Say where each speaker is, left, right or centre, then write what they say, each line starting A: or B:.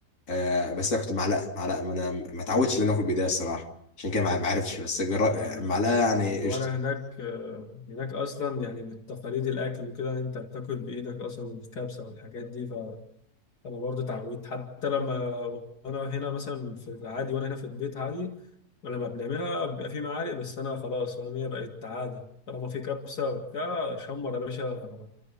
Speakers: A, on the left; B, on the left.
A: آه بس انا كنت معلقه معلقه ما انا ما اتعودتش ان انا اكل بيضاء الصراحه عشان كده ما ما عرفتش بس جرا-
B: انا
A: معلقه
B: أنا
A: يعني
B: من وانا هناك آه، هناك اصلا يعني بالتقاليد الاكل وكده إن انت بتاكل بايدك اصلا الكبسة والحاجات دي انا برضه اتعودت حتى لما وانا هنا مثلا في العادي وانا هنا في البيت عادي لما بنعملها بيبقى في معالق بس انا خلاص فاهم هي بقت عاده طالما في كبسه وبتاع شمر يا باشا